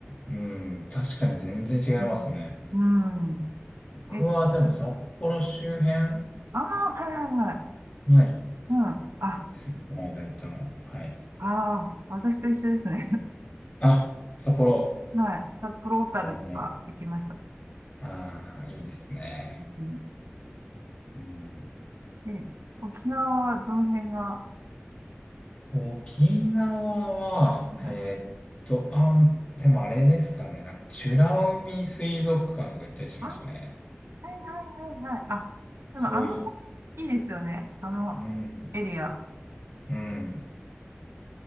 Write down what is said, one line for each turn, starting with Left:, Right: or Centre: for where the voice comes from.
Left: うん、確かに全然違いますね。
Right: うん。うん。
Left: 僕はでも札幌周辺
Right: え、ああーはいはいはい。
Left: ない
Right: うん。あ、あ
Left: ですね。この間行ったの。はい。
Right: あ、私と一緒ですね。
Left: あ、札幌。
Right: <laughs> はい。札幌小樽とか行きました。
Left: うんああー、いいですね。
Right: うん、
Left: うん、
Right: え、沖縄はどの辺が、
Left: 沖縄は、
Right: はい。
Left: えーっと、あん、でもあれですかね。なんか美ら海水族館とか行ったりしましたね。
Right: あ、はいはいはいはい。あ、でもあの
Left: 遠い。
Right: 辺いいですよね。あの
Left: うん。
Right: エリア。
Left: うん。